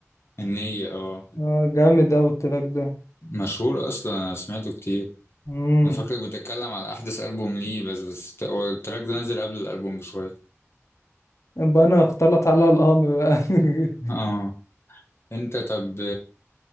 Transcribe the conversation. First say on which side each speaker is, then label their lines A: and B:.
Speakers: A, on the left (about 50°); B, on the left (about 75°).
A: النية اه
B: آه، جامد اوي التراك ده
A: مشهور اصلا انا سمعته كتير
B: مم.
A: انا فاكرك بتتكلم على احدث ألبوم ليه بس بس هو التراك ده نازل قبل الألبوم بشوية
B: يبقى انا اختلط على الامر بقى <laughs>
A: اه انت طب